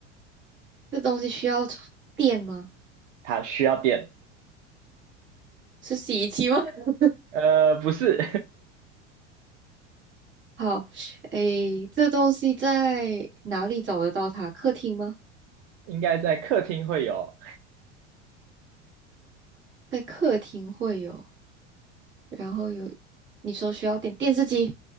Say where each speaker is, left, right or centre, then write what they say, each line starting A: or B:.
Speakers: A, on the right; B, on the right.
A: 这东西需要充电吗？
B: <laughs> 它需要电，
A: 是洗衣机吗？<laughs>
B: 呃，不是，
A: 好，诶，这东西在哪里找得到它？客厅吗？
B: <laughs> 应该在客厅会有。
A: 在客厅会有，然后有，你说需要电，电视机？